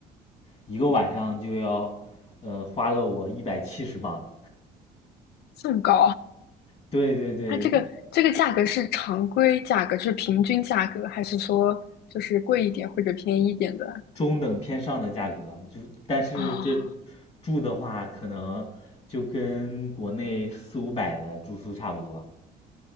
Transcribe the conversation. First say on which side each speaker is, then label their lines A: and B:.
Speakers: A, on the left; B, on the left.
A: 一个晚上就要呃花了我一百七十镑。
B: 这么高。
A: 对对对，
B: 它这个这个价格是常规价格，
A: 一
B: 是平均价格，还是说就是贵一点或者便宜一点的？
A: 中等偏上的价格啊，就但是这
B: 哦，
A: 住的话，可能就跟国内四五百的住宿差不多啊，